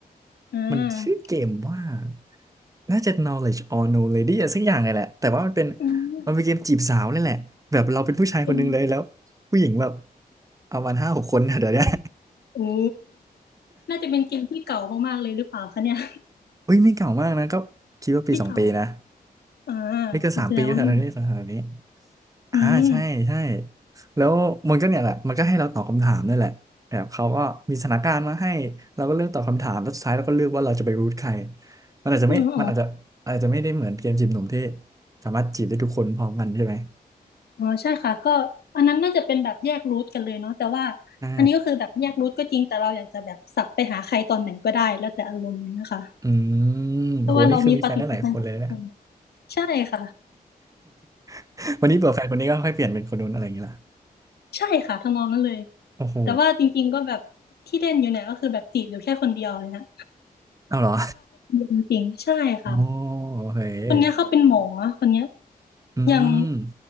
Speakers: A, on the left (about 90°); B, on the right (about 20°).
A: อ่า
B: มันชื่อเกมว่า น่าจะ Knowledge or No Lady อะไรสักอย่างเลยแหละ แต่ว่ามันเป็น
A: อืม
B: มันเป็นเกมจีบสาวนี่แหละ แบบเราเป็นผู้ชายคนหนึงเลยแล้ว
A: เกม
B: ผู้หญิงแบบ เอามาณห้าหกคนนะเดี๋ยวเนี้ย
A: โอ้น่าจะเป็นเกมที่เก่ามากๆเลยหรือเปล่าคะเนี่ย
B: <laughs> อุ้ยไม่เก่ามากนะ ก็คิดว่าปีสองปีนะ
A: <laughs> ไม่เก่า <laughs> อ่า
B: ไม่เกินสามปีอยู่แถวๆนี้แถวๆนี้
A: แสดงว่าไม่
B: อ่าใช่ใช่
A: อืม
B: แล้วมันก็เนี่ยแหละมันก็ให้เราตอบคำถามนี่นแหละแบบเขาก็มีสถานการณ์มาให้เราก็เลือกตอบคำถามแล้วสุดท้ายเราก็เลือกว่าเราจะไปรูทใครมันอาจจะไม่มันอาจจะอาจจะไม่ได้เหมือนเกมจีบหนุ่มที่
A: อืมอ๋อ
B: สามารถจีบได้ทุกคนพร้อมกันใช่ไหม
A: อ๋อใช่ค่ะ ก็อันนั้นน่าจะเป็นแบบแยกรูทกันเลยเนาะแต่ว่า
B: ใช่
A: อันนี้ก็คือแบบแยกรูทก็จริงแต่เราอยากจะแบบสับไปหาใครตอนไหนก็ได้แล้วแต่อารมณ์เนะคะ
B: อืมโหนี่คือมีแฟนได้หลายคนเลยนะ
A: เพราะว่าเรามีปฏิสัมพันธ์กับทุกคนใช่ค่ะ
B: <laughs> วันนี้เบื่อแฟนคนนี้ก็ค่อยเปลี่ยนเป็นคนนู้นอะไรอย่างเงี้ยล่ะ
A: <laughs> ใช่ค่ะทำนองนั้นเลย
B: โอ้โห
A: แต่ว่าจริงๆก็แบบที่เล่นอยู่เนี่ยก็คือแบบจีบอยู่แค่คนเดียวเลยนะ
B: เอาเหรอ
A: จริงๆใช่ค่ะ
B: โอ้โอเฮ้ย
A: คนเนี้ยเขาเป็นหมอคนเนี้ย
B: อืม
A: อย่าง